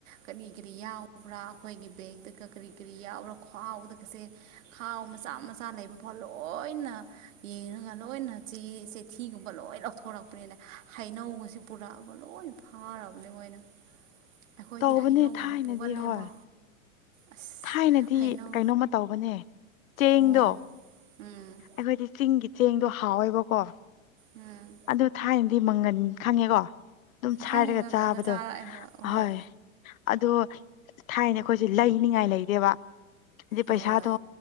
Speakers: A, on the right; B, on the left.
A: ꯀꯔꯤ ꯀꯔꯤ ꯌꯥꯎꯕ꯭ꯔꯥ ꯑꯩꯈꯣꯏꯒꯤ ꯕꯦꯒꯛꯇꯒ ꯀꯔꯤ ꯀꯔꯤ ꯌꯥꯎꯕ꯭ꯔꯥ ꯈ꯭ꯋꯥꯥꯎꯗꯒꯁꯦ ꯈꯥꯎ ꯃꯆꯥ ꯃꯆꯥ ꯂꯩꯕ ꯐꯥꯎ ꯂꯣꯏꯅ ꯌꯦꯡꯉꯒ ꯂꯣꯏꯅ ꯆꯦ ꯊꯤꯒꯨꯝꯕ ꯂꯣꯏ ꯂꯧꯊꯣꯔꯛꯄꯅꯤꯅ ꯍꯩꯅꯧꯒꯁꯤꯦ ꯄꯨꯔꯛꯑꯕ ꯂꯣꯏ ꯐꯥꯔꯕꯅꯤ ꯃꯣꯏꯅ ꯑꯩꯈꯣꯏꯗꯤ
B: ꯇꯧꯕꯅꯦ
A: ꯍꯩꯅꯧꯒꯨꯝꯕ
B: ꯊꯥꯏꯅꯗꯤ
A: ꯄꯨꯒꯜꯂꯦꯕ
B: ꯍꯣꯏ
A: ꯑꯁ
B: ꯊꯥꯏꯅꯗꯤ
A: ꯍꯩꯅꯧ
B: ꯀꯩꯅꯣꯝꯃ ꯇꯧꯕꯅꯦ ꯆꯦꯡꯗꯣ
A: ꯍꯣꯏ ꯎꯝ
B: ꯑꯩꯈꯣꯏꯗꯤ ꯆꯤꯡꯒꯤ ꯆꯦꯡꯗꯣ ꯍꯥꯎꯋꯦꯕꯀꯣ
A: ꯎꯝ
B: ꯑꯗꯨ ꯊꯥꯏꯅꯗꯤ ꯃꯪꯒꯟ ꯈꯪꯉꯦꯀꯣ ꯑꯗꯨꯝ ꯁꯥꯏꯔꯒ
A: ꯈꯪꯉꯦ ꯈꯪꯉꯦ
B: ꯆꯥꯕꯗꯣ
A: ꯑꯩꯈꯣꯏ ꯆꯥꯔꯛꯑꯦ ꯍꯣꯏ ꯍꯣꯏ
B: ꯑꯣꯏ ꯑꯗꯣ ꯊꯥꯏꯅꯦ ꯑꯩꯈꯣꯏꯁꯦ ꯂꯩꯅꯤꯡꯉꯥꯏ ꯂꯩꯗꯦꯕ ꯍꯥꯏꯗꯤ ꯄꯩꯁꯥꯗꯣ
A: ꯍꯣꯏ